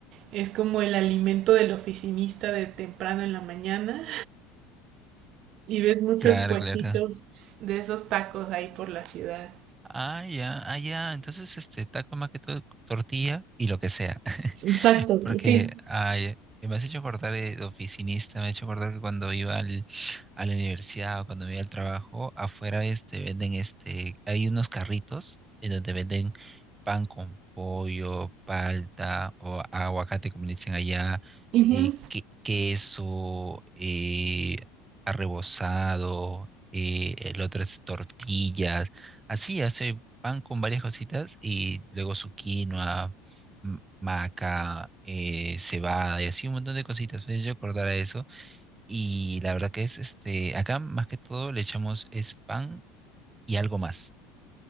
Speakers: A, on the right; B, on the right.
A: es como el alimento del oficinista de temprano en la mañana y ves muchos
B: Claro,
A: puestitos
B: claro.
A: de esos tacos ahí por la ciudad.
B: Ah, ya, ah, ya. Entonces, este, taco más que todo, tortilla y lo que sea.
A: Exacto,
B: porque
A: sí.
B: ay, me has hecho acordar de, de oficinista, me has hecho acordar que cuando iba al, a la universidad o cuando iba al trabajo, afuera este, venden este, hay unos carritos en donde venden pan con pollo, palta o aguacate, como le dicen allá,
A: Ujú.
B: eh, que- queso, eh, arrebozado, eh, el otro es tortillas, así hace pan con varias cositas y luego su quinoa m- maca, eh, cebada y así un montón de cositas. Me hizo acordar a eso. Y la verdad que es, este, acá más que todo le echamos es pan y algo más.